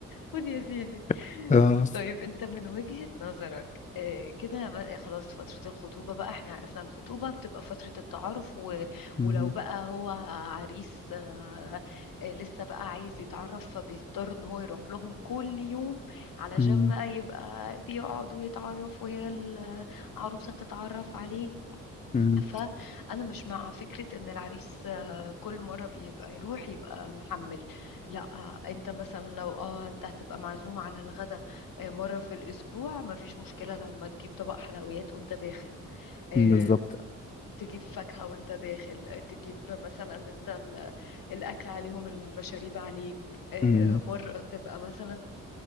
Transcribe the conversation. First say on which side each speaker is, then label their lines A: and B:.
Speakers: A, on the left (about 70°); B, on the left (about 20°).
A: خد يا سيدي
B: <laughs> اه
A: طيب انت من وجهة نظرك آه، كده ما- خلاص فترة الخطوبة بقى احنا عرفنا الخطوبة بتبقى فترة التعارف و...
B: مم.
A: ولو بقى هو عريس آه، آه، لسه بقى عايز يتعرف فبيضطر ان هو يروح لهم كل يوم علشان
B: مم.
A: بقى يبقى بيقعد ويتعرف وهي العروسة تتعرف عليه
B: مم.
A: فأنا مش مع فكرة إن العريس آه، كل مرة بيبقى يروح يبقى محمل لا آه، أنت مثلا لو اه أنت هتبقى معزوم على الغدا آه، مرة في الأسبوع مفيش مشكلة لما تجيب طبق حلويات وأنت داخل آه،
B: بالظبط
A: تجيب فاكهة وأنت داخل آه، تجيب مثلا أنت ال- الأكل عليهم المشاريب عليك آه،
B: مم.
A: مرة تبقى مثلا